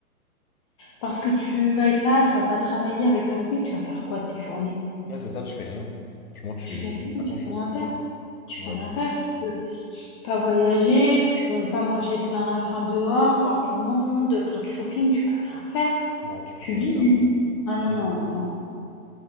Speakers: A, on the left (about 20°); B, on the left (about 70°).
A: Parce que tu vas être là, tu vas pas travailler avec un SMIC, tu vas faire quoi de tes journées?
B: Ouais, c'est ça, tu fais rien. Franchement, tu,
A: Tu fais
B: tu
A: rien,
B: fais pas grand-chose,
A: tu peux rien
B: quoi.
A: faire, tu
B: Ouais,
A: peux rien
B: de ouf.
A: faire, tu peux pas voyager, tu peux pas manger plein, enfin dehors, voir du monde, faire du shopping, tu peux rien faire.
B: Non, tu peux
A: Tu
B: rien
A: vis
B: faire,
A: du
B: vraiment.
A: lit. Ah non,
B: Ouais,
A: non,
B: de ouf.
A: non, non.